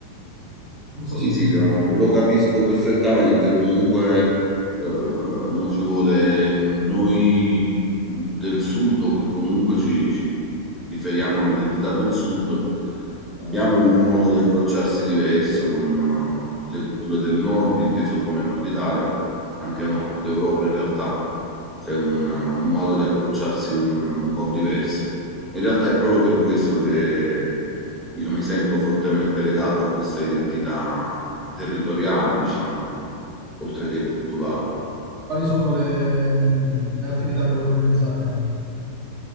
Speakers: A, on the right (about 45°); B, in the centre.
A: Non so
B: Sì,
A: se... mm.
B: sì, no, lo, lo capisco perfettamente. Comunque, eh, mo ci vuole mm, noi del sud, o che comunque ci, ci riferiamo all'identità del sud, abbiamo un modo di approcciarsi diverso con eh, le culture del nord, inteso come Nord Italia, anche Nord Europa in realtà. C'è un, un modo di approcciarsi un un po' diverso. In realtà è proprio per questo che io mi sento fortemente legato a questa identità territoriale, diciamo, oltre che culturale.
A: Quali sono le, le attività che voi organizzate?